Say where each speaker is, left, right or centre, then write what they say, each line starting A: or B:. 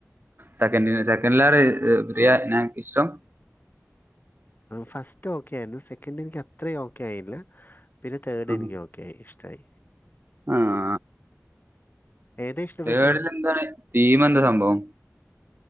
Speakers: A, on the right; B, on the left.
A: സെക്കൻ സെക്കൻഡിലാർ ത്രീ ക്ക് ഇഷ്ടം
B: ഫസ്റ്റ് ഓക്കെ ആയിരുന്നു സെക്കൻഡ് എനിക്ക് അത്രയും ഓക്കെ ആയില്ല പിന്നെ തേർഡ്
A: ആഹ്
B: എനിക്ക് ഓക്കെ ഓക്കെ ഇഷ്ടായി
A: ആഹ്
B: ഏതാ ഇഷ്ടപ്പെട്ടെ
A: തേഡിലെന്താണ് തീമ് എന്താ സംഭവം